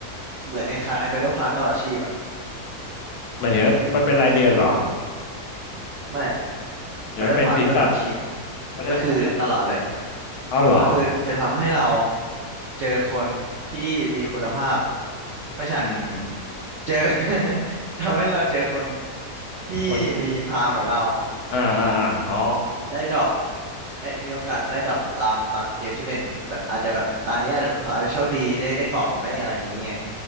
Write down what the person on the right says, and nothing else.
เหมือนคล้ายๆ Battle Pass ตลอดชีพอะ
ไม่
Battle Pass ตลอดชีพ
ก็คือตลอดเลย
ก็คือจะทำให้เราเจอคนที่มีคุณภาพไม่ใช่
<laughs> เจอ <laughs> ทำให้เราเจอคนที่มีพรามเหมือนเรา
ได้ดรอปเอ้ยมีโอกาสได้ดรอปตามตามเกมที่เล่นแบบอาจจะแบบตาเนี้ยเดี๋ยวอาจจะโชคดีได้ได้กล่องได้อะไรอย่างเงี้ย